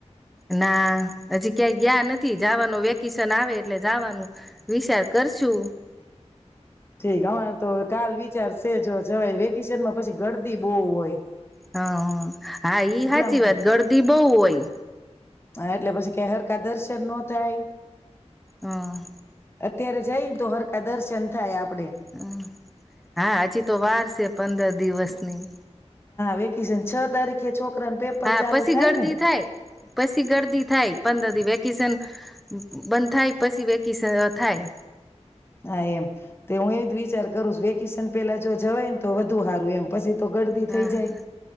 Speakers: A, in the centre; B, on the left.
A: ના હજી ક્યાંય ગયા નથી જવાનું વેકેશન આવે એટલે જવાનું વિચાર કરશુ
B: ઠીક અમારે તો કાલ વિચાર છે જો જવાયે વેકેશનમાં પછી ગરદી બો હોય
A: હા હા ઈ
B: એટલામાં
A: સાચી વાત ગરદી બહુ હોય
B: હા એટલે પછી કયા હરકા દર્શન ન થાય
A: હા
B: અત્યારે જઈને તો હરકા દર્શન થાય આપ
A: હમ્મ હા હજી તો વાર છે પંદર દિવસની
B: વેકેશન છ તારીખે છોકરાને પેપર
A: હા
B: ચાલુ
A: પછી
B: થાય
A: ગરદી
B: ને
A: થાય પછી ગરદી થાય પંદર દિવ વ વેક્સન બંધ થાય પછી વેકેશન થાય
B: હા એમ તે હું એ જ વિચાર કરું છ વેકેશન પેલા જો જવાય ને તો વધુ સારું એમ પછી તો ગરદી
A: હા
B: થઈ જાય
A: હા